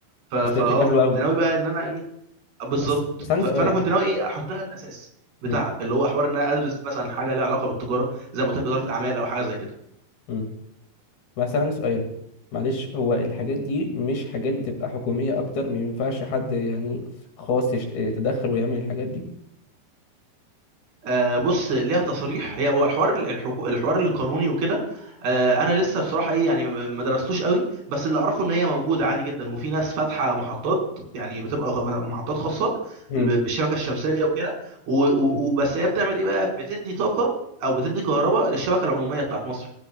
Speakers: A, on the right; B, on the left.
A: ف- فاه
B: بس ده فكره حلوه
A: كنت
B: قوي
A: ناوي بقى ان انا ايه بالظبط
B: بس بس عندي
A: ف- فانا
B: سؤال
A: كنت ناوي ايه احط لها الاساس بتاعها
B: امم
A: اللي هو حوار ان انا ادرس مثلا حاجه لها علاقه بالتجاره زي ما قلت لك اداره اعمال او حاجه زي كده
B: امم بس عندي سؤال معلش هو الحاجات دي مش حاجات بتبقى حكوميه اكتر ما ينفعش حد يعني خاص يشت... يتدخل ويعمل الحاجات دي
A: آه بص ليها تصريح هي هو الحوار الحقو- الحوار القانوني وكده آه انا لسه بصراحه ايه يعني ما ما درستوش قوي بس اللي اعرفه ان هي موجوده عادي جدا وفي ناس فاتحه محطات يعني بتبقى خ- محطات خاصه
B: امم
A: ب- بالشبكه الشمسيه وكده و- و-
B: حلو.
A: وبس هي بتعمل ايه بقى بتدي طاقه او بتدي كهرباء للشبكه العموميه بتاعت مصر